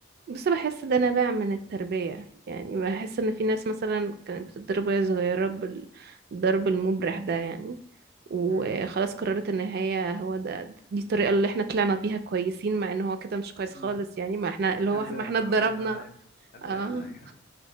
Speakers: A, on the right (about 55°); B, on the left (about 50°).
A: بس بحس ده نابع من التربية يعني بحس ان في ناس مثلا كانت بتتضرب وهي صغيرة بالضرب المبرح ده يعني وخلاص
B: مم.
A: قررت ان هي هو ده دي الطريقة اللي احنا طلعنا بيها كويسين مع ان هو كده مش كويس
B: مم.
A: خالص يعني ما احنا اللي هو
B: هذا
A: ما احنا
B: ما
A: اتضربنا
B: وجدها علينا اباءنا
A: اه
B: ايوه